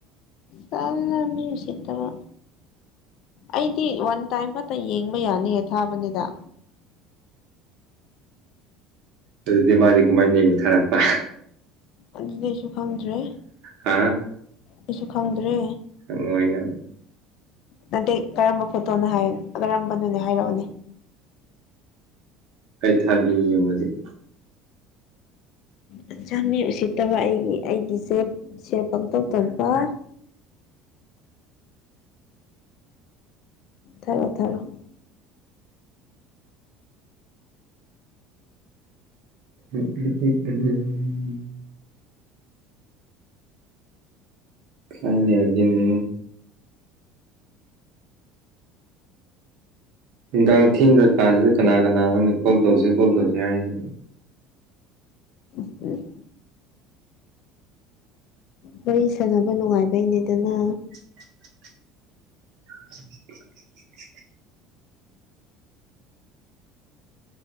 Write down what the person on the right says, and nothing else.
ꯑꯗꯨꯗꯤ ꯃꯥꯗꯤ ꯀꯃꯥꯏꯅ ꯑꯩꯕꯨ ꯊꯥꯔꯛꯄ
ꯍꯥ
ꯈꯪꯉꯣꯢ ꯅꯪꯅ
ꯑꯩꯩ ꯊꯥꯕꯤꯒꯦ ꯌꯦꯡꯉꯨ ꯍꯧꯖꯤꯛ
<unintelligible> ꯀꯥꯏ ꯂꯩꯔꯒꯦꯅꯦ ꯅꯨꯡꯗꯥꯡ ꯊꯦꯡꯈ꯭ꯔ ꯀꯥꯟꯁꯤꯗ ꯀꯅꯥ ꯀꯅꯥꯅꯣꯅꯦ ꯀꯣꯜ ꯇꯧꯁꯤ ꯀꯣꯜ ꯇꯧꯁꯤ ꯍꯥꯏꯔꯤꯁꯤ
<unintelligible> <inaudible>